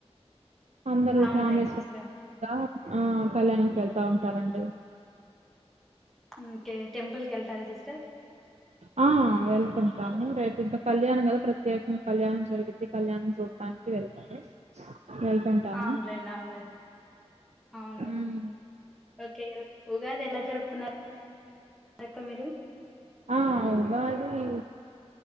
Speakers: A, on the right (about 85°); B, in the centre.
A: అందరు
B: అవునులేండి
A: ఫ్యామిలీస్
B: సిస్టర్
A: కూడా ఆ కళ్యాణంకి వెళ్తా ఉంటారండి
B: ఇంకేం టెంపల్ కెల్ వెళ్తారా సిస్టర్
A: ఆ వెళ్తుంటాను రేపు ఇంకా కళ్యాణం కదా ప్రత్యేకంగా కళ్యాణం జరిగుద్ది కళ్యాణం చూడటానికి వెళ్తారు వెళ్తుంటాము
B: అవునులేండి అవునులేండి అవునులేండి
A: ఉమ్
B: ఓకే ఉగాది ఎలా జరుపుకున్నారు ఎక్కడ మీరు
A: ఆ ఉగాది అది